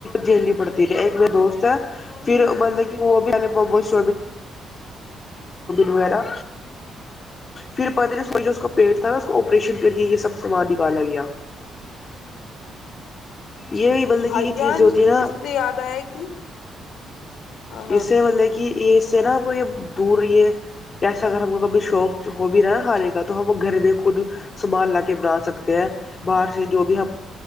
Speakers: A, on the left; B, on the left.
A: جیلنی پڑتی رہے ایک میرے دوست ہے پھر مطلب کہ وہ بھی میں نے وغیرہ پھر پتہ نہیں اس کا جو اس کا پیٹ تھا نا اس کو آپریشن کر کے یہ سب سامان نکالا گیا یہ مطلب
B: بھائی
A: کہ یہ
B: جان
A: چیزیں ہوتی ہے نا
B: اس سے یاد ہے کہ ہاں
A: اس سے ملے گی اس تیرا کوئی دور یہ ایسا اگر وہ کبھی شوق ہو بھی رہا ہے خالی کا تو وہ گھر میں خود سنبھالنا کے بنا سکتے ہیں باہر سے جو بھی ہم